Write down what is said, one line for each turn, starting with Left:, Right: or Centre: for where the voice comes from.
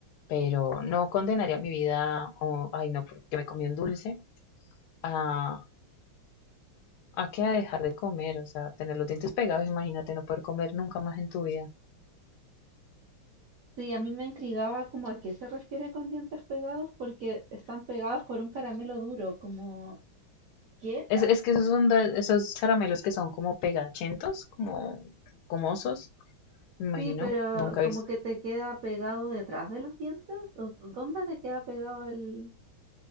Left: Pero no condenaría mi vida, o, ay, no, porque me comí un dulce, a, a que a dejar de comer. O sea, tener los dientes pegados, imagínate no poder comer nunca más en tu vida.
Right: Sí, a mí me intrigaba como a qué se refiere con dientes pegados porque están pegados por un caramelo duro, como ¿qué?
Left: Es, es que esos son de- esos caramelos que son como pegachentos, como gomosos, me imagino,
Right: Sí, pero
Left: nunca
Right: como
Left: he visto.
Right: que te queda pegado detrás de los dientes, ¿o dónde te queda pegado el...